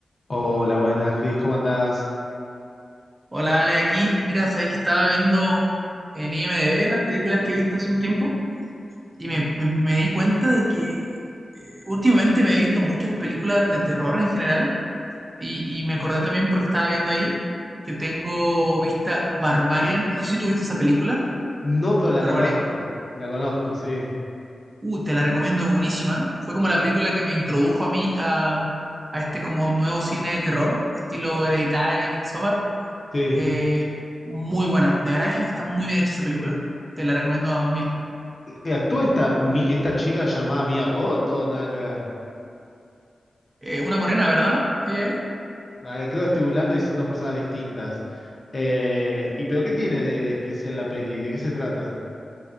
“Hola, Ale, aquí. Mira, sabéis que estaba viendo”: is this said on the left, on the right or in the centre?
Right